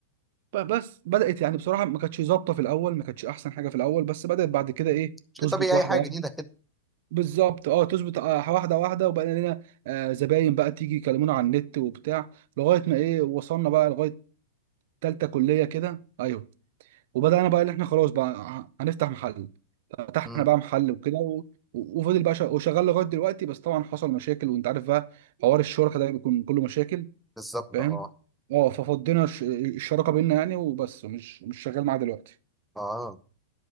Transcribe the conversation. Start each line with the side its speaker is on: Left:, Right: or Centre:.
Right: ب- بس بدات يعني بصراحه ما كانتش ظابطه في الاول ما كانتش احسن حاجه في الاول بس بدات بعد كده ايه
Centre: شيء
Right: تظبط
Centre: طبيعي
Right: واحده
Centre: اي حاجه
Right: واحده
Centre: جديده كده
Right: بالظبط اه تظبط آه، واحده واحده وبقى لنا آه، زباين بقى تيجي يكلمونا على النت وبتاع لغايه ما ايه وصلنا بقى لغايه تالتة كليه كده ايوه وبدانا بقى ان احنا خلاص بقى هنفتح محل فتحنا
Centre: امم
Right: بقى محل وكده و... و- وفضل بقى شغ- وشغال لغايه دلوقتي بس طبعا حصل مشاكل وانت عارف بقى حوار الشركه ده بيكون كله مشاكل
Centre: بالظبط
Right: فاهم
Centre: اه
Right: اه ففضينا الش- الشراكه بينا يعني وبس مش مش شغال معاه دلوقتي
Centre: اه